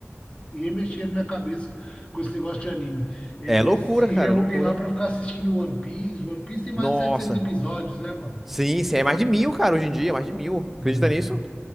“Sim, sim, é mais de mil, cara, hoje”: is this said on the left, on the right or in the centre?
Centre